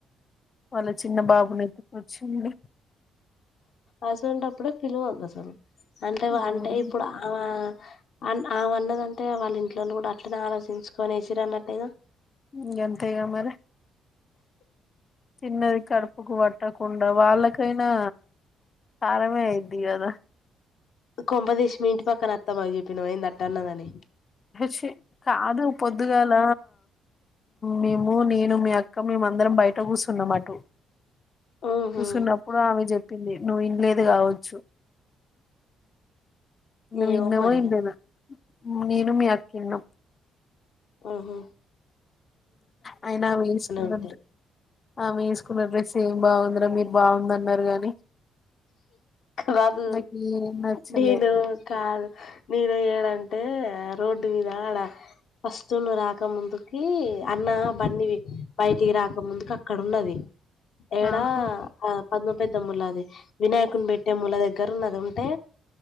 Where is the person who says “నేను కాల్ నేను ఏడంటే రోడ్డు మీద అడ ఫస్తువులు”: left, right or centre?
Left